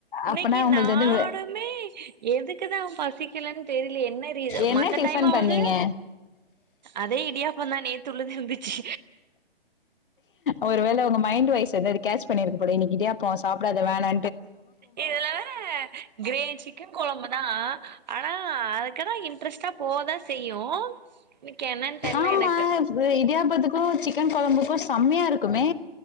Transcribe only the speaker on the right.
இன்னைக்கு
நானுமே
எதுக்குதா பசிக்கலன்னு தெரில என்ன ரீசன்
மத்த
டைம் ஆவது
அதே இடியாப்பந்தா உள்ளது இருந்துச்சு
இதுல வேற கிரேவி சிக்கன் கொழம்பு தா ஆனா அதுக்குதா இன் இன்ரஸ்டா போதா செய்யு இன்னைக்கு என்னான்னு தெர்ல
எனக்கு